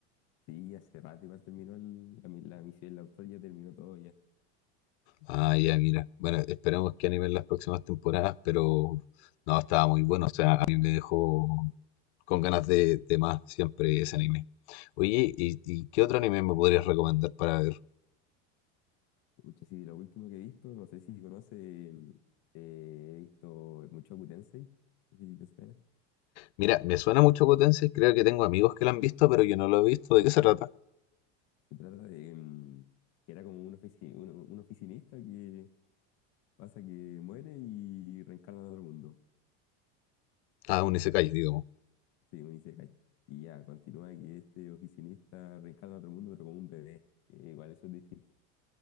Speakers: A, on the left; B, on the left.
A: Sí, hace rato igual terminó el- la, mi- la misión, el autor ya terminó todo ya.
B: Ah, ya, mira. Bueno, esperemos que animen las próximas temporadas, pero no, estaba muy bueno. O sea, a mí me dejó con ganas de, de más siempre ese anime. Oye, ¿y, y qué otro anime me podrías recomendar para ver?
A: Pucha, sí, de lo último que he visto, no sé si conoce, mm, eh, he visto mucho Tensei, no sé si te suena.
B: Mira, me suena mucho Potencia, creo que tengo amigos que lo han visto, pero yo no lo he visto. ¿De qué se trata?
A: Se trata de mm, que era como un, ofici- un, un oficinista que pasa que muere y reencarna en otro mundo.
B: Ah, un isekai, digamos.
A: Sí, un Isekai. Y ya, continúa que este oficinista reencarna en otro mundo, pero como un bebé. Eh, igual eso es distinto.